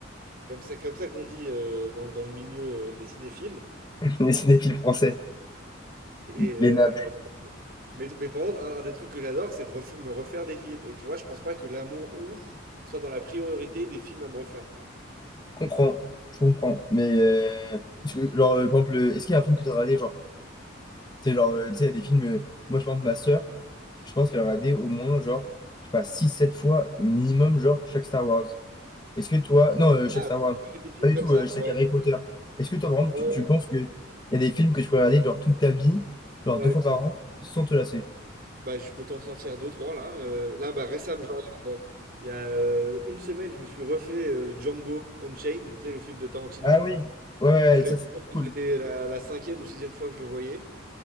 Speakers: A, on the right (about 45°); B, on the left (about 20°).
A: comme c'est comme ça qu'on dit euh, dans, dans le milieu euh, des cinéphiles.
B: <laughs> Les cinéphiles français,
A: Et,
B: les
A: euh,
B: navets.
A: mais, mais par contre, un, un des trucs que j'adore, c'est de ref- me refaire des films. Et tu vois, je pense pas que l'amour ouf soit dans la priorité des films à me refaire.
B: Je comprends, je comprends. Mais, euh, parce que, genre, euh, par exemple, euh, est-ce qu'il y a un film que tu as regardé, genre, tu sais, genre, euh, tu sais, il y a des films, euh, moi, je pense, ma sœur, je pense qu'elle a regardé au moins, genre, je sais pas, six sept fois minimum, genre, chaque Star Wars. Est-ce que toi, non, euh, chaque
A: Ah,
B: Star Wars,
A: est-ce que j'ai des films
B: pas du
A: comme
B: tout,
A: ça?
B: euh, chaque
A: Ouais.
B: Harry Potter. Est-ce que toi, vraiment, tu,
A: Ouais,
B: tu penses qu'il y a des films que tu pourrais regarder, genre, toute ta vie, genre,
A: Ouais,
B: deux fois
A: compl-
B: par an, sans te lasser?
A: bah, je peux t'en sortir deux, trois là. Euh, là, bah, récemment, genre, il y a, euh, il y a, euh, une semaine, je me suis refait euh, Django Unchained, tu sais, le film de Tarantino.
B: Ah oui, ouais, ouais,
A: Je l'ai,
B: ça, c'est cool.
A: c'était la, la cinquième ou sixième fois que je le voyais.